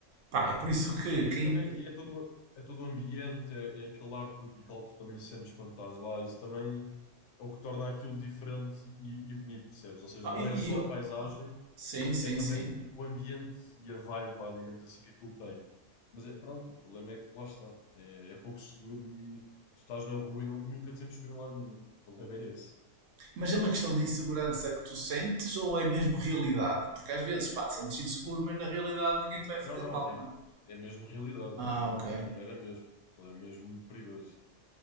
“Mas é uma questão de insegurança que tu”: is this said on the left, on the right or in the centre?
Right